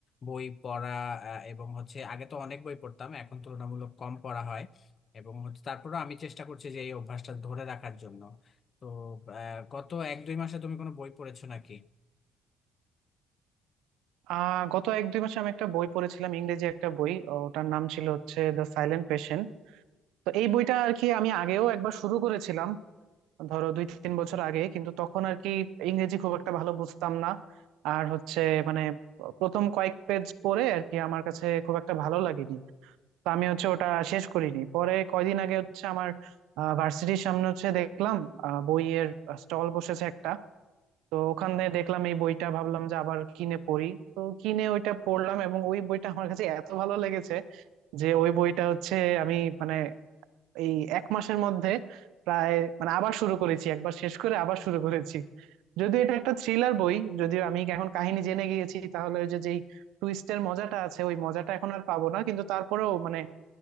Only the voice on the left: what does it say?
বই পড়া আহ, এবং হচ্ছে আগে তো অনেক বই পড়তাম এখন তুলনামূলক কম পড়া হয় এবং হচ্ছে তারপরেও আমি চেষ্টা করছি যে এই অভ্যাসটা ধরে রাখার জন্য তো আহ, গত এক দুই মাসে তুমি কোনো বই পড়েছো নাকি